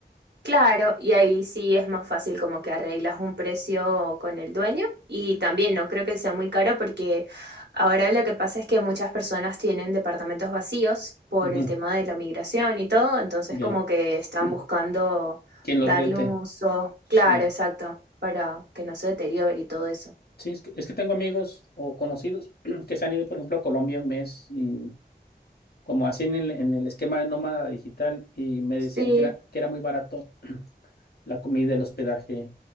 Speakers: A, on the right; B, on the left.
A: Claro, y ahí sí es más fácil como que arreglas un precio con el dueño y también no creo que sea muy caro porque ahora lo que pasa es que muchas personas tienen departamentos vacíos por
B: Ujú,
A: el tema de la migración y todo, entonces
B: Ya.
A: como que están
B: <clears throat>
A: buscando
B: ¿Quién
A: darle
B: los rente?
A: un uso,
B: Sí.
A: claro, exacto, para que no se deteriore y todo eso.
B: Sí, es que, es que tengo amigos o conocidos <clears throat> que se han ido, por ejemplo, a Colombia un mes y como hacen en el, en el esquema de nómada digital y me decían
A: Sí,
B: que era, que era muy barato <clears throat> la comida, el hospedaje,